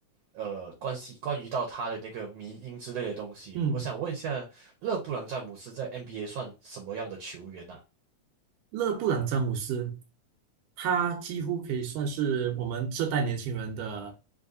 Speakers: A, on the right (about 65°); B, on the right (about 85°).
A: 呃关系关于到他的那个迷因之类的东西。
B: 嗯，
A: 我想问一下，勒布朗詹姆斯在 NBA 算什么样的球员呢、
B: 勒布朗詹姆斯，他几乎可以算是我们这代年轻人的